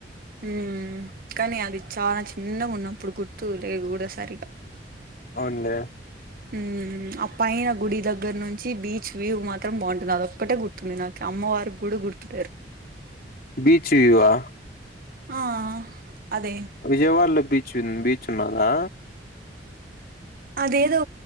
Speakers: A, on the right; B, on the left.
A: ఉ కానీ అది చాలా చిన్నగా ఉన్నప్పుడు గుర్తు లేదు కూడా సరిగా
B: అవున్లే
A: ఉ ఆ పైన గుడి దగ్గర నుంచి బీచ్ వ్యూ మాత్రం బాగుంటుంది అదొక్కటే గుర్తుంది నాకి అమ్మవారి కూడా గుర్తులేరు
B: బీచ్ ఈ వా
A: ఆ అదే
B: విజయవాడలో బీచ్ ఉన్ బీచ్ చిన్నదా
A: అదేదో